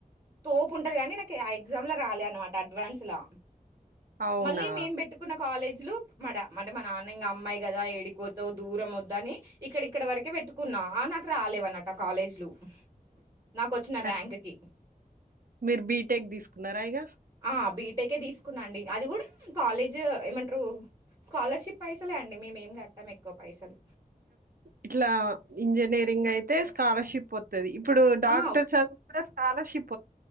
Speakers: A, on the right; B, on the right.
A: తోపు ఉంటది గానీ నాకు ఆ ఎగ్జామ్ లో రాలే అనమాట అడ్వాన్స్ లా
B: అవునా!
A: మళ్ళీ మేం బెట్టుకున్న కాలేజీ లు అంటే మా నాన్న అమ్మాయి కదా ఏడీకిపోతావ్. దూరం వద్దు అని ఇక్కడ ఇక్కడ వరకే వెట్టుకున్నా. ఆ నాకు రాలేవు నాక్ ఆ కాలేజీలు నాకొచ్చిన
B: అయ్
A: ర్యాంకుకి
B: మీరు బీటెక్ తీసుకున్నారా ఇగా.
A: ఆ బీటెకే తీసుకునండి. అది కూడా కాలేజ్ ఏమంటారు స్కాలర్షిప్ పైసలే అండి మేమేం కట్టాము ఎక్కువ పైసలు.
B: ఇట్లా ఇంజనీరింగ్ అయితే స్కాలర్షిప్ వత్ ఒతది ఇప్పుడు డాక్టర్
A: ఆ!
B: చదువు కూడా స్కాలర్షిప్